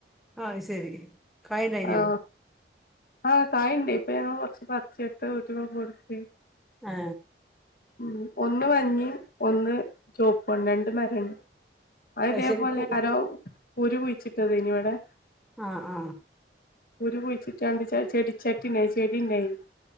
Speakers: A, in the centre; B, on the left (about 50°).
A: ആ ശരി കായ് ഉണ്ടായിനോ
B: ആ ആഹ് കായണ്ടേ അപ്പ ഞങ്ങള് കൊറച്ച് പറിച്ചെടുത്ത് അടുത്ത വീടികെയൊക്കെ കൊടുത്ത്
A: ആ
B: ഉം ഒന്ന് മഞ്ഞയും ഒന്ന് ചോപ്പണ്ട് രണ്ട് മരണ്ട്. അത് ഇതേപോലെ
A: ശരി കു
B: ആരോ കുരു കുഴിച്ചിട്ടതയ്നി ഇവിടെ
A: ആ ആ
B: കുരുകുഴിച്ചിട്ടാണ്ട് ച ചെടിച്ചട്ടി ഉണ്ടായിനി ചെടി ഉണ്ടായിനി